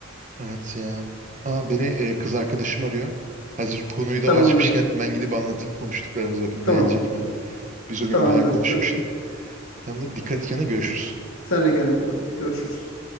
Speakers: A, on the right; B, on the left.
A: evet ya. Aa, beni e, kız arkadaşım arıyor. Hazır konuyu da
B: Tamamdır.
A: o açmışken ben gidip anlatayım konuştuklarımızı bakayım
B: Tamam.
A: beğenecek mi? Biz o gün
B: Tamamdır.
A: bayağı konuşmuştuk.
B: Gö-
A: Hem de dikkat et kendine görüşürüz.
B: Sen de kendine iyi bak. Görüşürüz.